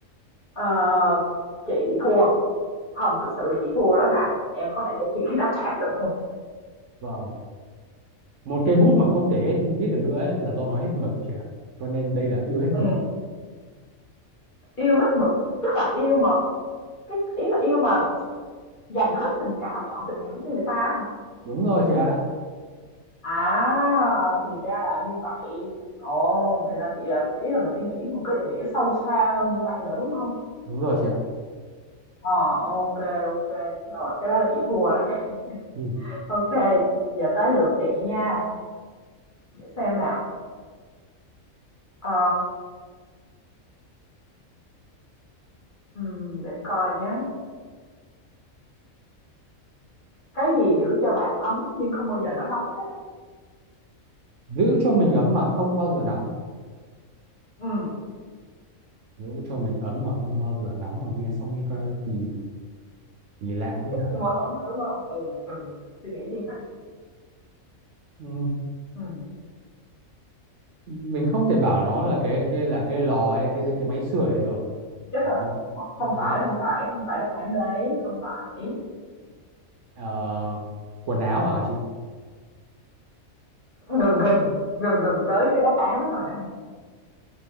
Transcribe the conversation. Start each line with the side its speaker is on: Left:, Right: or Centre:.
Left: Ờ, chị thua, hông, thực sự là chị thua đó ha. Em có thể cho chị cái đáp án được không
Right: vâng một cây bút mà không thể hết viết được nữa ấy là do nó hết mực chị ạ cho nên đây là yêu hết mực
Left: Ừ. Yêu hết mực, tức là yêu mà cái ý là yêu mà dành hết tình cảm, chọn tình cảm cho người ta hả?
Right: đúng rồi chị ạ
Left: À, thì ra là như vậy. Ồ, thì ra chị là chỉ là mình suy nghĩ một cái ý nghĩa sâu xa hơn như vậy nữa, đúng không
Right: đúng rồi chị ạ
Left: Ờ, ok, ok. Rồi, cái đó là chị thua đấy. <laughs>
Right: ừ.
Left: Ok, giờ tới lượt chị nha. Để xem nào. Ờ, ừm, để coi nhá. Cái gì giữ cho bạn ấm nhưng không bao giờ nó nóng hết á?
Right: giữ cho mình ấm mà không bao giờ nóng
Left: Ừ,
Right: giữ cho mình ấm mà không bao giờ nóng mà nghe xong nghe coi kỳ kỳ lạ thế nhở
Left: nhưng <laughs> mâu thuẫn rồi đúng không? Ừ, ừ. Suy nghĩ đi hả?
Right: ừ.
Left: Ừ.
Right: mình không thể bảo nó là cái cái là cái lò hay cái cái máy sưởi được
Left: Chắc
Right: bởi
Left: là
Right: vì
Left: không
Right: bởi vì
Left: phải, không phải, không phải đáp án đấy, không phải.
Right: ờ, quần áo à chị
Left: Gần gần, gần gần tới cái đáp án đó rồi đó hả?